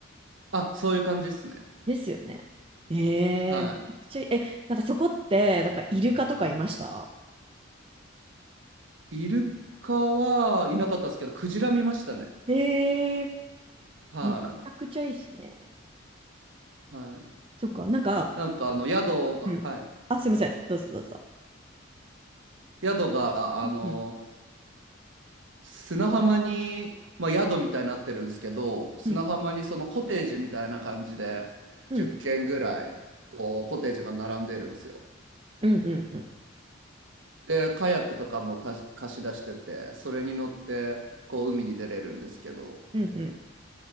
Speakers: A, on the right; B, on the right.
A: あ、そういう感じですね。
B: ですよね。えー、
A: は
B: めちゃくちゃいいえ、なんかそこって、なんかイルカとかいました
A: い。イルカはいなかったですけど、クジラ見ましたね。
B: えー、
A: は
B: むちゃくちゃいいですね。
A: い。はい。
B: そっか、なんか、
A: なんかあの宿が、
B: うん。
A: はい。
B: あ、すいません。どうぞどうぞ。
A: 宿があの
B: うん
A: 砂浜に、まあ、宿みたいになってるんですけど、砂浜にそのコテージみたいな感じで10軒ぐらいこうコテージが並んでるんですよ。
B: うんうんうんうんうんうんうん
A: で、カヤックとかもた貸し出してて、それに乗ってこう海に出れるんですけど、
B: うんうん